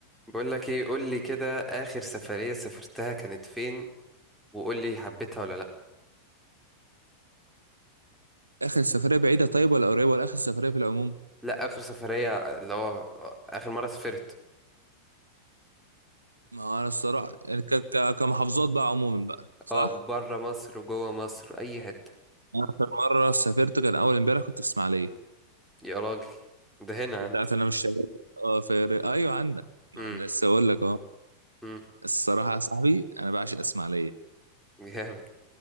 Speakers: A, in the centre; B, on the right.
A: بقول لك ايه قول لي كده اخر سفرية سافرتها كانت فين وقول لي حبيتها ولا لا
B: اخر السفريه بعيده طيب ولا قريبه ولا اخر السفريه في العموم
A: لا اخر سفرية اللي هو اخر مرة سافرت
B: ما هو انا الصراحه ك... ك... كمحافظات بقى عموما بقى صح
A: اه بره مصر وجوه مصر اي حتة
B: أنا اخر مره سافرت كان اول امبارح كنت في اسماعيليه
A: يا راجل ده هنا عندي
B: انت عارف انا مش شغال اه في ر- ايوه عندك
A: امم
B: ما انا لسه اقول لك اهو
A: امم
B: الصراحه يا صاحبي انا بعشق اسماعيليه
A: جامد